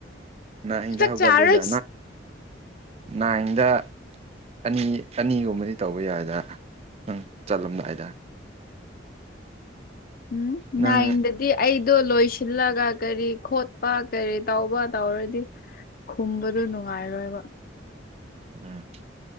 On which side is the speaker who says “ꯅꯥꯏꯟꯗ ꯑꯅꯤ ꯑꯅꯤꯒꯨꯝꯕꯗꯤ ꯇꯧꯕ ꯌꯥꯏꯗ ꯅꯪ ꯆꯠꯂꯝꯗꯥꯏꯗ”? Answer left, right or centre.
Right